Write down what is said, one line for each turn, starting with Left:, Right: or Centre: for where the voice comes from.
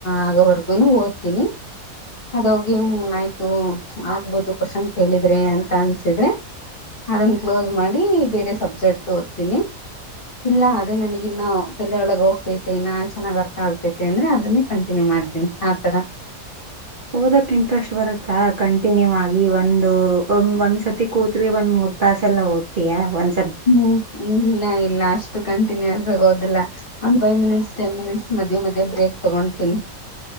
Left: ಆಗೋವರ್ಗುನು ಓದ್ತೀನಿ ಅದೋಗ ಆಯ್ತು ಆಗ್ಬೋದು ಕ್ವಶನ್ ಕೇಳಿದ್ರೆ ಅಂತ ಅನ್ಸಿದ್ರೆ ಅದನ್ನ ಕ್ಲೋಸ್ ಮಾಡಿ ಬೇರೆ ಸಬ್ಜೆಕ್ಟ್ ಓದ್ತೀನಿ ಇಲ್ಲ ಅದೇ ನನಗಿನ್ನ ತಲೇಯೊಳಗೆ ಹೋಗ್ತ ಇನ್ನಾ ಚೆನ್ನಾಗ್ ಅರ್ಥ ಆಗತೈತೆ ಅಂದ್ರೆ ಅದನ್ನೇ ಕಂಟಿನ್ಯೂ ಮಾಡ್ತೀನಿ ಆತರ.
Right: ಓದಕ್ ಇಂಟ್ರೆಸ್ಟ್ ಬರುತ್ತಾ ಕಂಟಿನ್ಯೂ ಆಗಿ ಒಂದ್ ಅ ಒಂದ್ ಒಂದ್ಸತಿ ಕೂತ್ರೆ ಒಂದ್ ಮೂರ್ ತಾಸ್ ಎಲ್ಲಾ ಓದತ್ತೀನಿ ಒಂದ
Left: ಹ್ಮ್ ಇಲ್ಲ ಇಲ್ಲ ಅಷ್ಟು ಕಾಣ ದಿನೇ ಇರೋದಿಲ್ಲ ಒಂದ್ ಫೈವ್ ಮಿನಿಟ್ಸ್ ಟೆನ್ ಮಿನಿಟ್ಸ್ ಮಧ್ಯೆ ಮಧ್ಯ ಬ್ರೇಕ್ ತಗೊತೀನಿ.